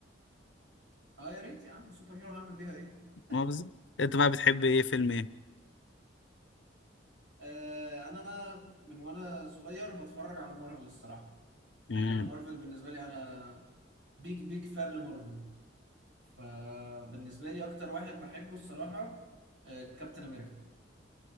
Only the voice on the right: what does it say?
اه يا ريت يا عم سوبر هيرو هعمل بيها ايه
آه، انا من وانا صغير بتفرج على مارفل الصراحه يعني
انا مارفل بالنسبه لي انا بيج بيج فان لمارفل فبالنسبه لي اكتر واحد بحبه الصراحه آه، كابتن امريكا